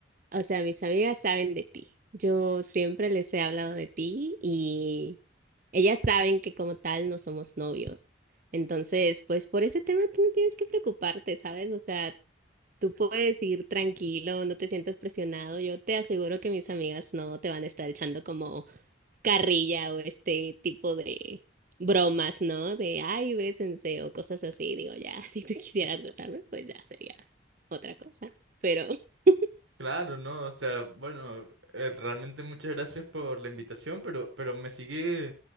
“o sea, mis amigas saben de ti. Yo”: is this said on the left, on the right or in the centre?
Right